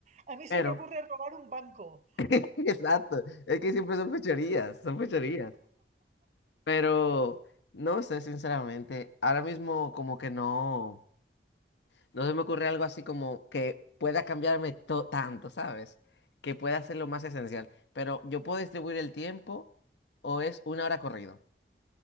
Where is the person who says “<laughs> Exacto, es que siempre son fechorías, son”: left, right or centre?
Left